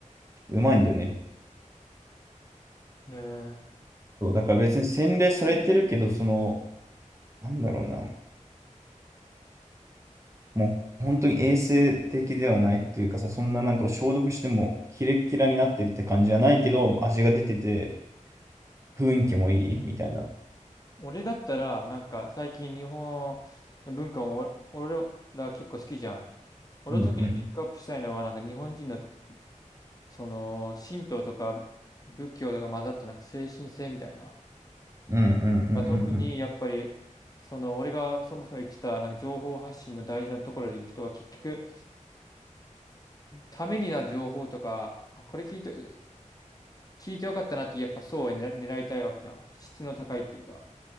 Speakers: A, on the right; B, on the left.
A: うまいんだよね。
B: えー、
A: そうだから別に洗練されてるけど、その、なんだろうな、もう本当に衛生的ではないっていうかさ、そんななんか消毒してもキレキラになってるって感じじゃないけど、味が出てて、雰囲気もいいみたいな。
B: 俺だったら、なんか最近日本の文化を俺、俺ら結構好きじゃん。俺を特にピックアップしたいのは、
A: うんうん。
B: なんか日本人の、その、神道とか仏教とか混ざったなんか精神性みたいな。
A: うんうん
B: まあ特にやっぱり、その、俺がそもそも言ってた、なんか情報発信の大事なところでいくと、結局、ためになる情報とか、あ、これ聞いて、聞いてよかったなってやっぱそうは狙狙いたいわけじゃん。質の高いっていうか。